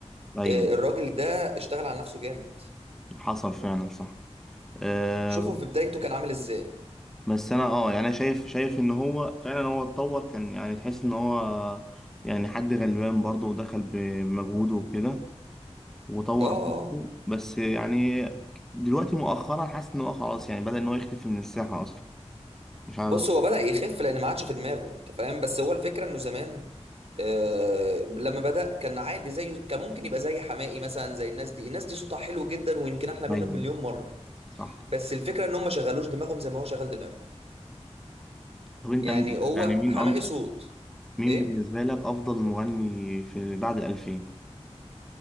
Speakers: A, in the centre; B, on the right.
A: ايوه
B: آه، الراجل ده اشتغل على نفسه جامد
A: حصل فعلا صح آه،
B: شوفوا في بدايته كان عامل ازاي
A: بس انا اه يعني انا شايف شايف ان هو فعلا هو اتطور كان يعني تحس ان هو يعني حد غلبان برضه ودخل بمجهوده وكده وطور
B: اه آه.
A: نفسه
B: آه.
A: بس يعني دلوقتي مؤخرا حاسس ان هو خلاص يعني بدأ ان هو يختفي من الساحة اصلا مش عارف
B: بص
A: ده صح
B: هو بدأ يخف لان ما عادش في دماغه انت فاهم بس هو الفكرة انه زمان آه لما بدأ كان عادي زيه كان ممكن يبقى زي حماقي مثلا زي الناس دي الناس دي صوتها حلو جدا ويمكن احلى
A: ولا
B: منه
A: ايوه
B: بمليون مرة
A: صح
B: بس الفكرة ان هم ما شغلوش دماغهم زي ما هو شغل دماغه
A: طب انت
B: يعني
A: مين-
B: هو
A: يعني مين
B: حماقي
A: أن...
B: صوت
A: مين
B: ايه
A: بالنسبة لك افضل مغني في بعد 2000